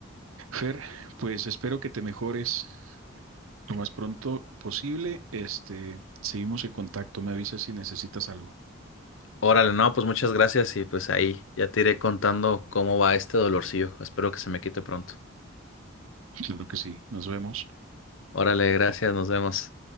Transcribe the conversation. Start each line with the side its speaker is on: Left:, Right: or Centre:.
Right: Fer, pues espero que te mejores lo más pronto posible. Este, seguimos en contacto, me avisas si necesitas algo.
Left: Órale, no, pues muchas gracias y pues ahí ya te iré contando cómo va este dolorcillo. Espero que se me quite pronto.
Right: Claro que sí, nos vemos.
Left: Órale, gracias, nos vemos.